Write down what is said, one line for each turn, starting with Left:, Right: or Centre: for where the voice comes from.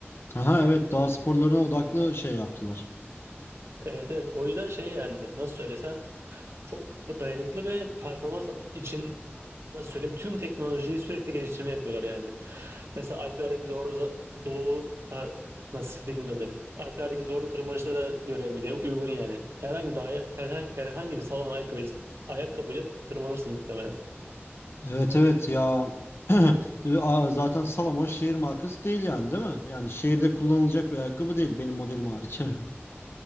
Left: Aha evet dağ sporlarına odaklı şey yaptılar.
Right: Evet evet. O yüzden şey yani nasıl söylesem çok bu dayanıklı ve performans için nasıl söyleyeyim tüm teknolojiyi sürekli geliştirme yapıyorlar yani. Mesela Alplerdeki doğru za- doğu nasıl dilim dönmedi. Alplerdeki zorlu tırmanışlara göre bile uygun yani. Herhangi bir dahi, herhangi, herhangi bir salon ayakkabıyla, ayakkabıyla tırmanırsın muhtemelen.
Left: Evet evet ya. <clears throat> E, a- Zaten Salomon şehir markası değil yani değil mi? Yani şehirde kullanılacak bir ayakkabı değil benim modelim hariç. <laughs>